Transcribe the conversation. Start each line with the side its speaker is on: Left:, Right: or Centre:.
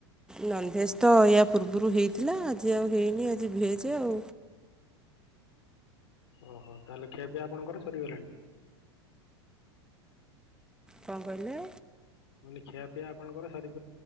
Centre: ନନଭେଜ୍ ତ ଏୟା ପୂର୍ବରୁ ହେଇଥିଲା ଆଜି ଆଉ ହେଇନି ଆଜି ଭେଜ୍ ଆଉ।
Left: ଓହୋ ତାହେଲେ ଖିଆପିଇଆ ଆପଣଙ୍କର ସରିଗଲାଣି।
Centre: କଣ କଇଲେ?
Left: ମାନେ ଖିଆପିଆ ଆପଣଙ୍କର ସରି